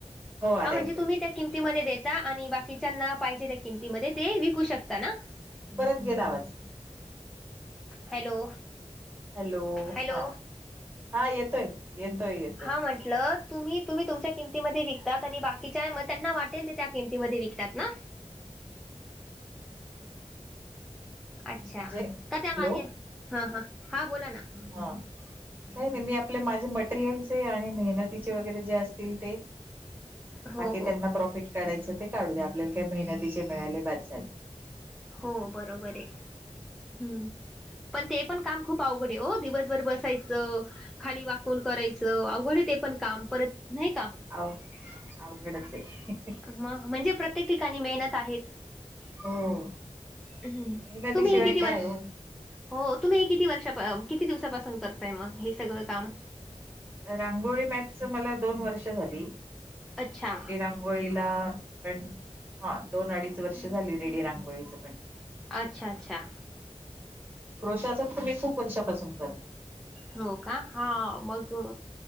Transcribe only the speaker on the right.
हो आता
येतोय
परत गेला आवाज
हॅलो
हा हा येतोय येतोय ये
म्हणजे हॅलो
हा काही नाही मी आपले माझे मटेरियलचे आणि मेहनतीचे वगैरे जे असतील ते
बाकी
त्यांना प्रॉफिट काढायचं ते काढू द्या आपल्याला काही मेहनतीचे मिळाले बास झाल
आव अवघडच ये
हो
मेहनतीशिवाय
काय
हो.
रांगोळी मॅटच मला दोन वर्ष झाली
रेडी रांग गोळीला पण हा दोन अडीच वर्ष झाली रेडी रांगोळीचं पण
क्रोशाचाच तर मी खूप वर्षापासून करते